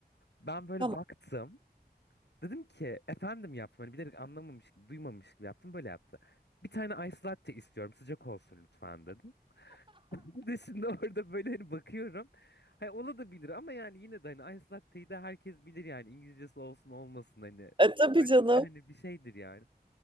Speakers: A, on the left; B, on the right.
A: Ben böyle
B: Tamam.
A: baktım. Dedim ki efendim yaptım. Hani bilerek anlamamış gibi, duymamış gibi yaptım. Böyle yaptı. Bir tane ice latte istiyorum. Sıcak olsun lütfen dedi. <laughs> Ben de şimdi orada böyle hani bakıyorum. Hani olabilir ama yani yine de hani ice latte'yi de herkes bilir yani. İngilizcesi olsun olmasın hani.
B: E
A: Bu
B: tabii
A: Artık
B: canım.
A: hani bir şeydir yani.